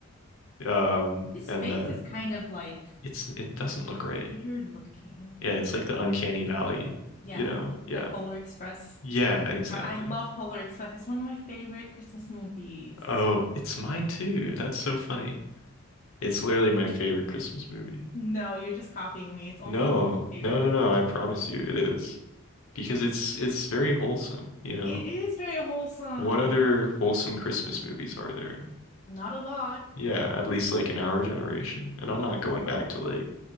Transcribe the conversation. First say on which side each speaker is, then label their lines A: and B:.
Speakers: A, on the left; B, on the left.
A: Um
B: His
A: and
B: face
A: then
B: is kind of like
A: it's it doesn't look right.
B: weird looking.
A: Yeah, it's like the uncanny valley,
B: Yeah,
A: you know. Yeah.
B: like Polar Express.
A: Yeah,
B: Oh
A: exactly.
B: my God, I love Polar Express. It's one of my favorite Christmas movies.
A: Oh, it's mine too. That's so funny. It's literally my favorite Christmas movie.
B: No, you're just copying me. It's only
A: No,
B: my favorite
A: no, no,
B: Christmas
A: no. I promise
B: movie.
A: you it is. because it's it's very wholesome, you know.
B: It is very wholesome.
A: What other wholesome Christmas movies are there?
B: Not a lot.
A: Yeah, at least like in our generation. And I'm not
B: hmm
A: going back to like